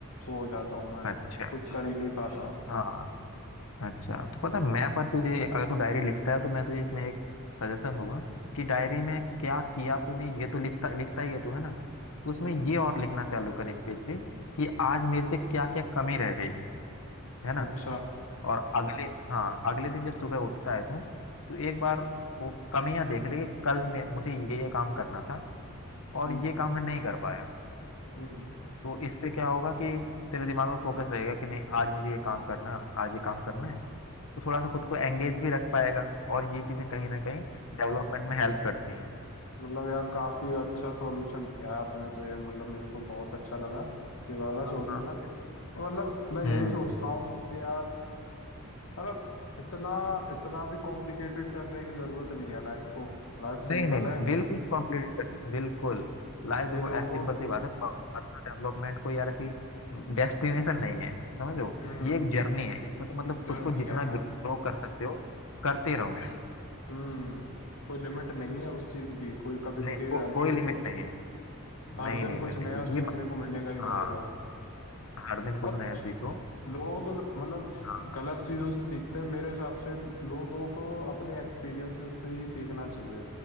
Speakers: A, on the left; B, on the left.
A: वो हो जाता हूँ मैं
B: अच्छा
A: कुछ कर ही नहीं पाता
B: हाँ अच्छा तो पता है, मैं पर तुझे अगर तू डायरी लिखता है तो मैं तुझे इसमें एक सजेशन दूंगा कि डायरी में क्या किया तूने ये तो लिखता लिखता ही है तू है ना तो उसमें
A: हम्म
B: ये और लिखना चालू कर एक पेज पे कि आज मेरे से क्या क्या कमी रह गई है ना
A: अच्छा
B: और अगले हाँ अगले दिन जब सुबह उठता है तू तो एक बार वो कमियां देख ले कि कल मैं मुझे ये ये काम करना था और
A: हम्म
B: ये काम मैं नहीं कर पाया
A: हम्म
B: तो इससे क्या होगा कि तेरे दिमाग में फोकस रहेगा कि नहीं आज मुझे ये काम करना है आज ये काम करना है तो थोड़ा सा खुद को एंगेज भी रख पाएगा और ये चीजें
A: हम्म।
B: कहीं ना कहीं डेवलपमेंट में हेल्प करती हैं
A: मतलब यार काफी अच्छा सॉल्यूशन दिया है आपने तो ये मतलब मेरे को बहुत अच्छा लगा ये वाला
B: हाँ
A: सॉल्यूशन
B: हाँ
A: मतलब मैं यही
B: हम्म
A: सोचता हूँ कि यार मतलब इतना इतना भी कॉम्प्लिकेटेड करने की जरूरत नहीं है लाइफ को लाइफ
B: नहीं
A: सिंपल
B: नहीं
A: है
B: बिल्कुल कंप्लीट कर बिल्कुल लाइफ देखो
A: ये लोगों
B: ऐसी सिंपल सी बात है पर्सनल डेवलपमेंट कोई यार ऐसी डेस्टिनेशन नहीं है समझो
A: हम्म
B: ये एक जर्नी है इसमें तो मतलब खुद
A: जर्नी
B: को जितना
A: है
B: ग्रो कर सकते हो करते रहो
A: हम्म कोई लिमिट नहीं है उस चीज की कोई कभी
B: नहीं
A: रुकेगा
B: को,
A: नहीं
B: कोई
A: है
B: लिमिट
A: तो
B: नहीं है
A: हर
B: नहीं
A: दिन
B: नहीं नहीं
A: कुछ नया
B: नहीं
A: सीखने
B: ये मतलब
A: को मिलेगा ही
B: हाँ
A: मिलेगा
B: हर दिन कुछ
A: और
B: नया सीखो
A: लोग ल- मतलब
B: हाँ
A: गलत चीजों से सीखते हैं मेरे हिसाब से लोगों को अपने एक्सपीरियंसेस से ही सीखना चाहिए